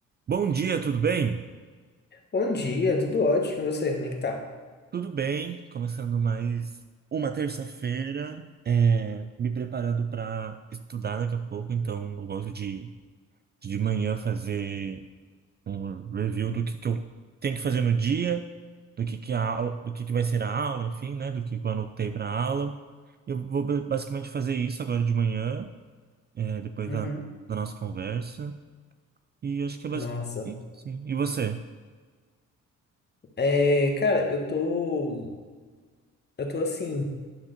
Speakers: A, on the right; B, on the left.
A: Bom dia, tudo bem?
B: Bom dia, tudo ótimo. E você, como é que tá?
A: Tudo bem, começando mais uma terça-feira, é, me preparando para estudar daqui a pouco, então eu gosto de de manhã fazer um review do que, que eu tenho que fazer no dia, do que, que, a, au- do que, que vai ser a aula, enfim, né? Do que, que eu anotei para a aula. Eu vou ba- basicamente fazer isso agora de manhã, é, depois
B: Uhum.
A: da, da nossa conversa, e acho que é basicamente
B: Massa.
A: isso, sim. E você?
B: É, cara, eu tô. Eu tô assim,